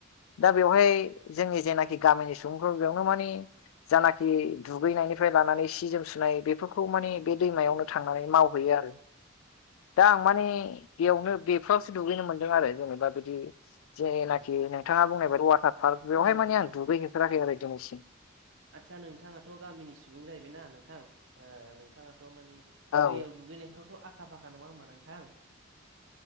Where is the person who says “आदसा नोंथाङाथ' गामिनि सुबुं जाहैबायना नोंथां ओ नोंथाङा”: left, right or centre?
Right